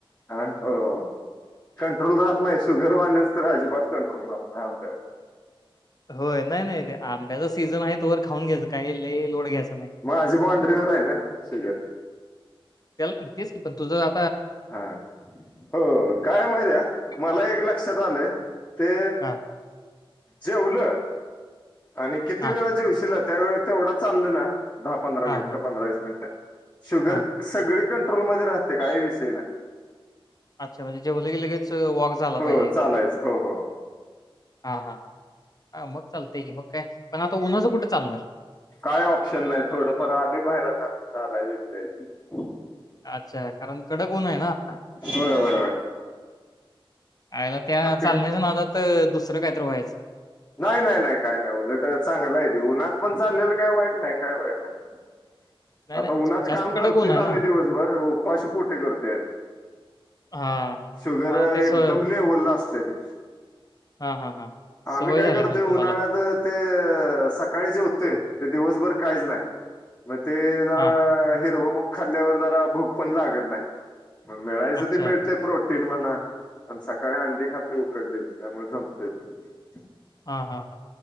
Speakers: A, on the left; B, on the left.
A: आ हो हो कंट्रोल राहत नाही, शुगर वाढल्याच तर अजिबात कंट्रोल राहत नाही <unintelligible>
B: होय नाही नाही ते आंब्याचच सीझन आहे तोवर खाऊन घ्यायच काही लय लोड घ्यायच नाही.
A: माझी बाॉंड्रीवर आहे ना शुगर
B: त्याला तेच पण तुझा आ
A: हां होय काय माहितीया? मला
B: प्रॉब्लेम
A: एक लक्षात आलंय ते
B: हा
A: जेवल आणि किती
B: हा
A: वेळा जेवशीलात? त्यावेळी तेवढं चालल ना दहा पंधरा
B: हा
A: मिनिट
B: हा
A: पंधरा वीस मिनिटं शुगर
B: हा
A: सगळी कंट्रोलमध्ये राहतेय काही रिस्क <unintelligible> ना
B: अच्छा म्हजे जेवल कि लगेच वॉक झाला पाहिजे
A: हो चालायच
B: एक
A: हो हो हो
B: हा हा. हा मग चालतं. ठीक आय मग काय, पण आता उन्हाचं कुठं? चांभार.
A: काय ऑप्शन नाही थोडंफार आली बाहेर आता. <unintelligible>
B: अच्छा कारण कडक ऊण आहे ना आता.
A: होय होय होय.
B: आयला त्या
A: बाकी
B: चालण्याच्या नादात अ दुस दुसरं काय तर व्हायचं.
A: नाय नाय नाय काय नाय उलट चांगलय ते, उन्हात पण चाललेलं काय वाईट नाय काय वाईट आहे.
B: नाही
A: आता
B: नाही
A: उन्हात
B: जास्त
A: काम
B: कडक
A: करतोयच
B: ऊन आहे
A: आम्ही
B: ना
A: दिवसभर ऊनात ऊ उपाशी पोटी करतोय.
B: हां,
A: शुगर
B: तुम्हाला
A: अ
B: ते सवय
A: एकदम लेवलला असते, ते
B: हां, हां, हां.
A: आम्ही
B: सवय
A: काय
B: झाली
A: करतोय
B: म्हणजे तुम्हाला.
A: उन्हाळ्यात ते अ सकाळी जेवतय कध दिवसभर काहीच नाही. ते जरा
B: हां,
A: हिरवं मुंग खाल्ल्यावर जरा भूक पण लागतं नाही. मग मिळायचं
B: अच्छा.
A: ती मिळतेय प्रोटी तीन मना पण सकाळी आंडी खातोय उकडलेली. त्यामुळं जमतंय ते.
B: हां हां हां